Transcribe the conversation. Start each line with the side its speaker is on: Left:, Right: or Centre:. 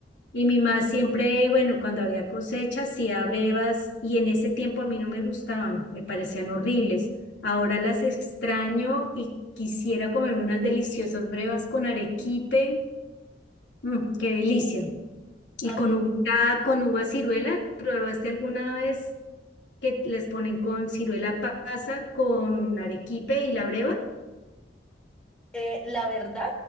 Left: y mi mamá siempre, bueno, cuando había cosecha, hacía brevas y en ese tiempo a mí no me gustaban, me parecían horribles. Ahora las extraño y quisiera comerme unas deliciosas brevas con arequipe. Mm, qué delicia. ¿Y
Centre: A mí,
Left: con uva, con uva ciruela? ¿Probaste alguna vez que les ponen con ciruela pasa, con arequipe y la breva?
Centre: eh, la verdad,